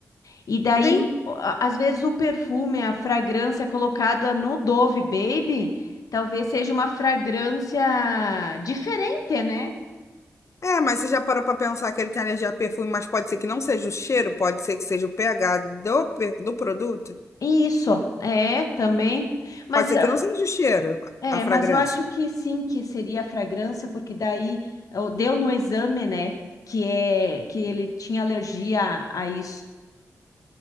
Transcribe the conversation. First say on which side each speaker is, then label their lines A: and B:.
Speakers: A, on the left; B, on the left.
A: E daí,
B: Sim?
A: ó, a- às vezes o perfume, a fragrância colocada no Dove Baby, talvez seja uma fragrância diferente, né?
B: É, mas você já parou pra pensar que ele tem alergia a perfume, mas pode ser que não seja o cheiro, pode ser que seja o pH do, per- do produto,
A: Isso, é, também. Mas
B: pode ser
A: eu-
B: que não seja o cheiro,
A: é,
B: a fragrância.
A: mas eu acho que sim, que seria a fragrância, porque daí ó, deu no exame, né? Que é que ele tinha alergia a isso.